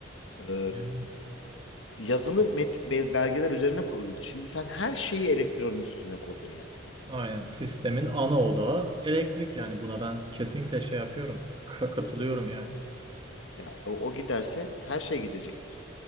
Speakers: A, on the left; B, on the right.
A: E,
B: Yani,
A: yazılı met be- belgeler üzerine kuruluydu. Şimdi sen her şeyi elektronun üstüne kurdun yani.
B: Aynen sistemin ana odağı elektrik yani buna ben kesinlikle şey yapıyorum. Ka- katılıyorum yani.
A: Ya, o, o giderse her şey gidecektir.